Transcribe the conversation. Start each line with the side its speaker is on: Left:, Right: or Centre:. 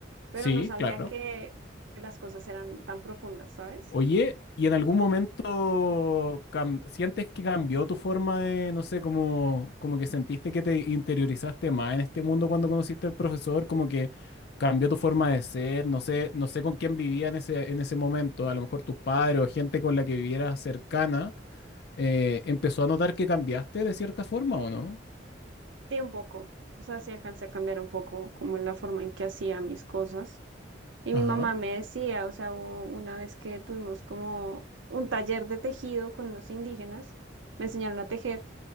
Right: pero
Left: Sí,
Right: no sabía
Left: claro.
Right: que, como que las cosas eran tan profundas, ¿sabes?
Left: Oye, ¿y en algún momento cam- sientes que cambió tu forma de, no sé, como, como que sentiste que te interiorizaste más en este mundo cuando conociste al profesor? Como que cambió tu forma de ser, no sé, no sé con quién vivía en ese, en ese momento, a lo mejor tus padres o gente con la que vivieras cercana, eh, ¿empezó a notar que cambiaste de cierta forma o no?
Right: Sí, un poco. O sea, sí alcancé a cambiar un poco como la forma en que hacía mis cosas. Y
Left: Ajá.
Right: mi mamá me decía, o sea, hubo una vez que tuvimos como un taller de tejido con unos indígenas, me enseñaron a tejer.